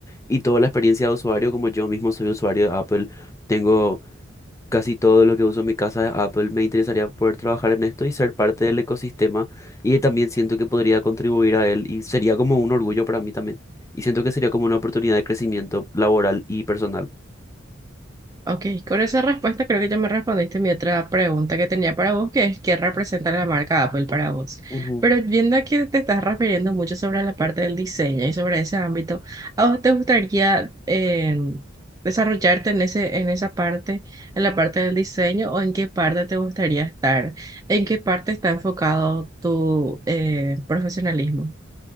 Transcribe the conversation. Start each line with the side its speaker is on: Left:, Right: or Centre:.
Left: y toda la experiencia de usuario, como yo mismo soy usuario de Apple, tengo Casi todo lo que uso en mi casa de Apple me interesaría poder trabajar en esto y ser parte del ecosistema y también siento que podría contribuir a él y sería como un orgullo para mí también. Y siento que sería como una oportunidad de crecimiento laboral y personal.
Right: Ok, con esa respuesta creo que ya me respondiste mi otra pregunta que tenía para vos, que es qué representa la marca Apple para vos.
Left: Ujú.
Right: Pero viendo que te estás refiriendo mucho sobre la parte del diseño y sobre ese ámbito, ¿a vos te gustaría eh, desarrollarte en ese, en esa parte, en la parte del diseño, o en qué parte te gustaría estar? ¿En qué parte está enfocado tu eh, profesionalismo?